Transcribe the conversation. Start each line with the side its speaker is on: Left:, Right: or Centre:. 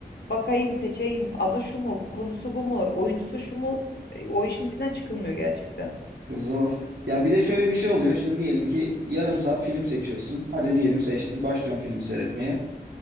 Left: bakayım, seçeyim, adı şu mu, konusu bu mu, oyuncusu şu mu? E, O işin içinden çıkılmıyor gerçekten.
Right: Zor. Ya bir de şöyle bir şey oluyor. Şimdi diyelim ki yarım saat film seçiyorsun. Hadi diyelim seçtin. Başlıyorsun filmi seyretmeye.